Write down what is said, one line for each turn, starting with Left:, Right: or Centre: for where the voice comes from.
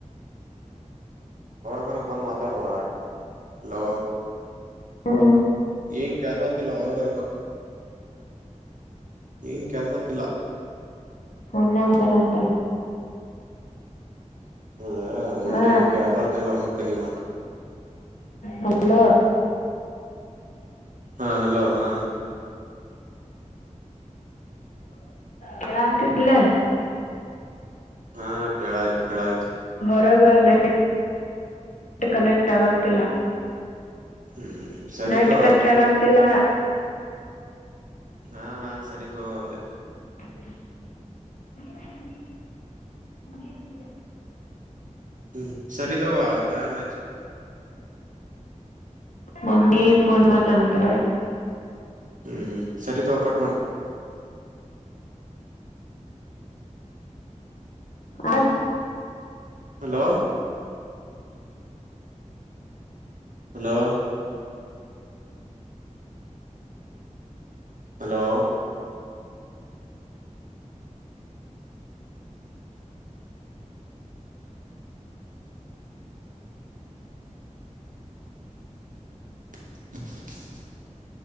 Right: ಬರಬರ ಬಂದು ಮಾತಾಡುವಲೋ
Left: ಹಾ
Right: ಏನ್ ಕೆಸ ಆಗ್ತಿಲ್ಲ ಹೊರಗರಪ್ಪ ಇ ಕೆಸಾ ಚಲ್ಲಾ
Left: ಸೊನ್ನೆ ಅಂತರ ಅಂತರ
Right: ಹೌದಾ ಇಲ್ಲಿ
Left: ಹಾ
Right: ಏನ್ ಕೆಲ್ಸತಿಲ್ಲ ಮತ್ತೆ ನೀ ಮಾತಾಡ
Left: ಹಲ
Right: ಹಾ ಹಲೋ ಹಾ
Left: ಕೇಳ ಅಂತಿದಿಲ್ಲ
Right: ಹಾ ಕೇಳಾಯ್ತು ಕಳಾಯ್ತು
Left: ಪ್ರಗ ನ ನೆಟ್ ಕನಕ್ಟ್ ಆಗಾನ್ಂತಲಾ
Right: ಹ್ಮ್ ಸರಿತೋ
Left: ನಟ ಕಷ್ಟ
Right: ಆಯ್ತು
Left: ಆಗಂತಿಲ್ಲ
Right: ಹಾ ಹಾ ಸರಿತು ಅಂದೆ
Left: ಹ
Right: ಹ್ಮ್ ಸರಿ ತಾವ ಟೈಮ್ ಆಯ್ತು
Left: ಮಮ್ಮೀಫನ್ ಮ ತ ಅಂತ
Right: ಹ್ಮ್ ಹ್ಮ್ ಸರಿ ತಗ ಕಟ್ ಮಾಡೋ
Left: ಆ
Right: ಹಲೋ ಹಲೋ ಹಲೋ <inaudible>